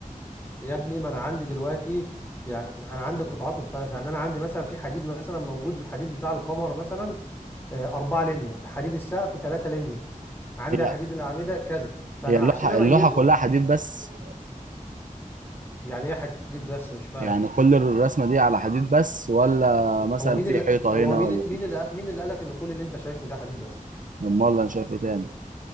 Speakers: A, on the left; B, on the right.
A: يا ابني ما انا عندي دلوقتي يعني انا عندي قطاعات مختلفه يعني انا عندي مثلا في حديد مثلا موجود الحديد بتاع القمر مثلا آه، اربعه لينيا حديد السقف ثلاثه لينيا عندي
B: هي
A: حديد الاعمده كذا فانا
B: هي اللوحه
A: عشان اميزهم
B: اللوحه كلها حديد بس
A: يعني ايه حديد بس مش فاهم
B: يعني كل الرسمه دي على حديد بس ولا مثلا
A: هو مين
B: في
A: اللي
B: حيطه
A: هو
B: هنا
A: مين
B: ولا في
A: مين اللي مين اللي قالك ان كل اللي انت شايفه ده حديد بس
B: امال انا شايف ايه تاني